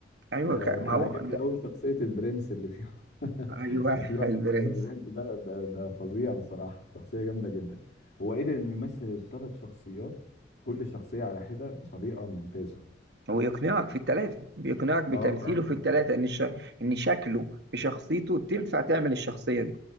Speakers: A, on the right (about 60°); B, on the left (about 65°).
A: ايوه
B: آه،
A: ك-
B: كان
A: ما هو
B: عاجبني
A: ده
B: قوي شخصية البرنس اللي فيه <laughs>
A: ايوه
B: كان في واحد
A: <laughs> البرنس
B: كده البرنس ده ده ده فظيع بصراحة شخصية جامدة جدا هو قدر انه يمثل الثلاث شخصيات كل شخصية على حدة بطريقة ممتازة
A: هو يقنعك في الثلاثه بيقنعك بتمثيله
B: اه اه
A: في
B: اه آه.
A: الثلاثه ان الش... ان شكله بشخصيته تنفع تعمل الشخصيه دي